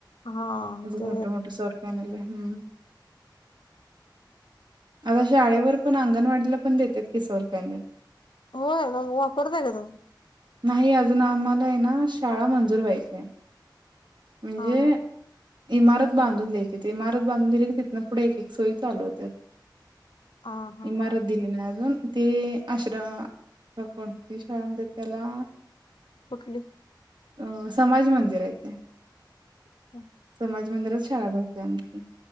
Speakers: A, on the left; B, on the right.
A: हा.
B: असे
A: ते
B: मोठ मोठे सरपानलं हम्म. आता शाळेवर पण अंगणवाडीला पण देतेत किसवरुपयाने <unintelligible>
A: हो वापरतय का ते?
B: नाही अजून आम्हाला आहे ना शाळा मंजूर व्हायची आहे. म्हणजे
A: हा हा
B: इमारत बांधून द्यायची इमारत बांधून दिली की तिथनं पुढे एक एक सोई चालू होत्यात.
A: हा हा
B: इमारत
A: हा
B: दिली नाही अजून ते आश्रम कोणती शाळा म्हणजे त्याला
A: कुठली?
B: अ समाज मंदिरा आहेच
A: ह.
B: समाज मंदिरात शाळा भरते आमची.